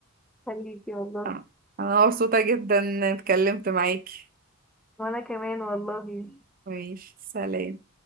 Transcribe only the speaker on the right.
آه. انا مبسوطة جدا إني اتكلمت معاكي
ماشي سلام